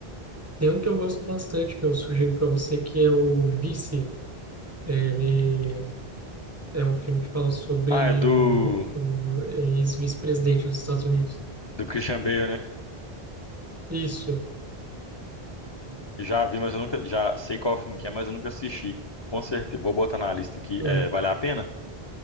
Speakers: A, on the right; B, on the left.
A: tem um que eu gosto bastante, que eu sugiro para você, que é o Vice. Ele é um filme que fala sobre
B: Ah, é do
A: o, o ex-vice-presidente dos Estados Unidos.
B: do Christian Bale, né?
A: Isso,
B: Já vi, mas eu nunca já sei qual filme que é, mas eu nunca assisti. Com certeza, vou botar na lista aqui.
A: hum,
B: É, vale a pena?